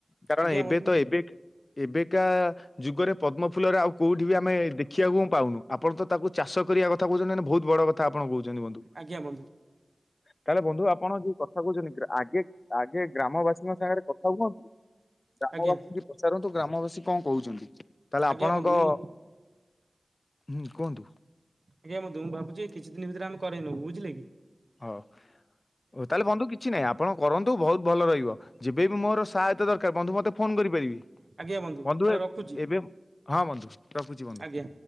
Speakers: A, on the left; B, on the right.
A: କାରଣ
B: ଆଜ୍ଞା
A: ଏବେ
B: ବନ୍ଧୁ
A: ତ ଏବେ ଏବେକା ଯୁଗରେ ପଦ୍ମ ଫୁଲରେ ଆଉ କୋଉଠି ବି ଆମେ ଦେଖ ଦେଖିବାକୁ ମୁଁ ପାଉନୁ ଆପଣ ତ ତା ଚାଷ କରିବା କଥା କହୁଛନ୍ତି ମାନେ ବହୁତ ବଡ଼ କ ଥା ଆପଣ କହୁଛନ୍ତି ବନ୍ଧୁ।
B: ଆଜ୍ଞା ବନ୍ଧୁ।
A: ତାହେଲେ ବନ୍ଧୁ ଆପଣ ଯୋ କଥା କହୁଛନ୍ତି ଆଗେ ଆଗେ ଗ୍ରାମବାସୀଙ୍କ ସାଙ୍ଗରେ କଥା ହୁଅନ୍ତୁ। ଗ୍ରାମବାସୀଙ୍କୁ
B: ଆଜ୍ଞା
A: ପଚାରନ୍ତୁ, ଗ୍ରାମବାସୀ କଣ କହୁଛନ୍ତି ତାହେଲେ
B: ଆଜ୍ଞା
A: ଆପଣଙ୍କ
B: ବନ୍ଧୁ ଏଇ
A: ହୁଁ, କୁହନ୍ତୁ?
B: ଟିକେ ମୁଁ ଦୁମ ଭାବୁଛି କିଛି ଦିନ ଭିତରେ ଆମେ କରେଇ ନବୁ, ବୁଝିଲେ କି?
A: ହଉ ହଉ, ତାହେଲେ ବନ୍ଧୁ କିଛ୍? କିଛି ନହିଁ ଆପଣ କରନ୍ତୁ ବହୁତ ଭଲ ରହିବ ଯେବେ ବି ମୋର ସା ଏତେ ଦରକାର ବନ୍ଧୁ ମୋତେ ଫୋନ୍ କରିପାରିବି
B: ଆଜ୍ଞା
A: ବନ୍ଧୁ,
B: ତାହେଲେ ରଖୁଛି
A: ଏବେ ହଁ ବନ୍ଧୁ, ରଖୁଛି ବନ୍ଧୁ।
B: ଆଜ୍ଞା।